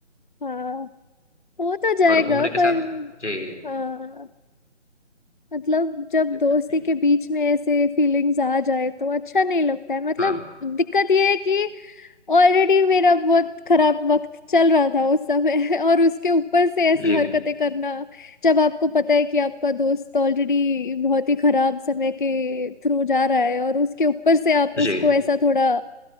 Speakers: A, on the left; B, on the left.
A: हाँ हो तो जाएगा
B: और उम्र के साथ
A: पर
B: जी
A: हाँ मतलब जब
B: कोई
A: दोस्ती
B: बात नहीं
A: के बीच में ऐसे फीलिंग्स आ जाए तो अच्छा नहीं लगता है मतलब
B: हाँ
A: दिक्कत ये है कि ऑलरेडी मेरा बहुत खराब वक्त चल रहा था उस समय <laughs> और उसके ऊपर से ऐसी
B: जी
A: हरकतें करना जब आपको पता है कि आपका दोस्त ऑलरेडी बहुत ही खराब समय के थ्रू जा रहा है और उसके ऊपर से आप
B: जी
A: उसको ऐसा थोड़ा